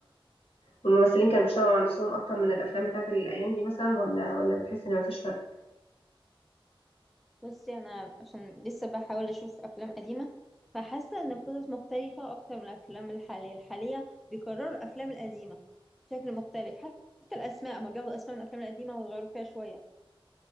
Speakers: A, on the left; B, in the centre.
A: والممثلين كانوا بيشتغلوا على نفسهم اكتر من الافلام بتاعت الايام دي مثلا ولا ولا بتحس ان مفيش فرق
B: بصي أنا عشان لسه بحاول أشوف أفلام قديمة فحاسة إن القصص مختلفة أكتر من الأفلام الحالية الحالية بيكرروا الأفلام القديمة بشكل مختلف حتى الأسماء ما بياخدوا أسماء من الأفلام القديمة ويغيروا فيها شوية